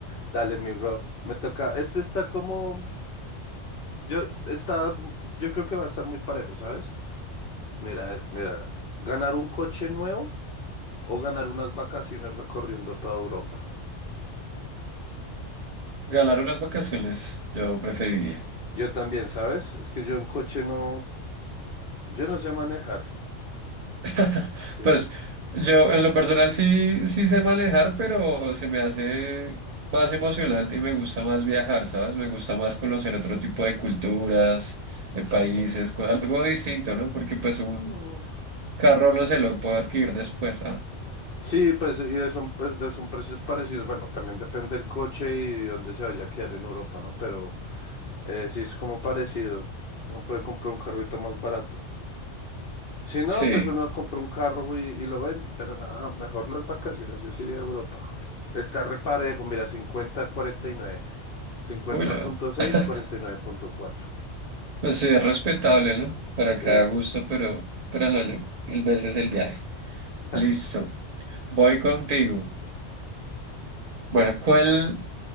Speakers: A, on the left; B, on the right.
A: Dale, mi bro. Me toca. Este está como. Yo, está, yo creo que va a estar muy parejo, ¿sabes? Mira, mira, ganar un coche nuevo o ganar unas vacaciones recorriendo toda Europa.
B: Ganaron las vacaciones, yo preferiría.
A: Yo también, ¿sabes? Es que yo un coche no, yo no sé manejar.
B: <laughs>
A: Sí.
B: Pues yo en lo personal sí, sí sé manejar, pero se me hace más emocionante y me gusta más viajar, ¿sabes? Me gusta más conocer otro tipo de culturas, de países, co- algo distinto, ¿no? Porque pues un
A: Mm.
B: carro no se lo puedo adquirir después. Ah,
A: Sí, pues y son, pues, de- son precios parecidos. Bueno, también depende del coche y dónde se vaya a quedar en Europa, ¿no? Pero eh, sí es como parecido. Uno puede comprar un carrito más barato. Si no,
B: sí.
A: pues uno compra un carro y, y lo vende. Pero nada, mejor las vacaciones. Yo sí iría a Europa. Está reparejo, mira, cincuenta a cuarenta y nueve. cincuenta
B: Bueno,
A: punto seis
B: <laughs>
A: cuarenta y nueve punto cuatro
B: pues sí, es respetable, ¿no? Para
A: Sí,
B: cada
A: sí.
B: gusto, pero, pero no yo. Mil veces el viaje. Listo.
A: <laughs>
B: Voy contigo. Bueno, ¿cuál